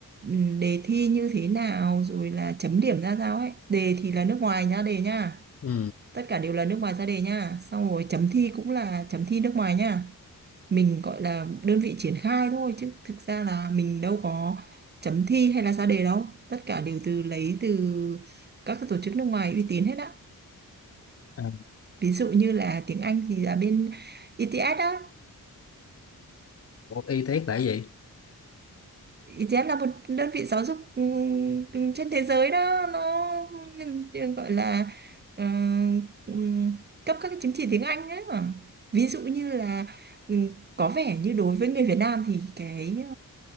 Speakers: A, on the right; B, on the left.
A: ừm, đề thi như thế nào rồi là chấm điểm ra sao ấy đề thì là nước ngoài nhá đề nhá
B: ừ
A: tất cả đều là nước ngoài ra đề nhá xong rồi chấm thi cũng là chấm thi nước ngoài nhá mình gọi là đơn vị triển khai thôi chứ thực ra là mình đâu có chấm thi hay là ra đề đâu tất cả đều từ lấy từ các cái tổ chức nước ngoài uy tín hết á
B: à,
A: ví dụ như là tiếng Anh thì là bên I ETS đó
B: bộ y tế là cái gì
A: I ETS là một đơn vị giáo dục ừm, trên thế giới đó nó gọi là ừm, ừm, cấp các cái chứng chỉ tiếng Anh ấy mà ví dụ như là ừm, có vẻ như đối với người Việt Nam thì cái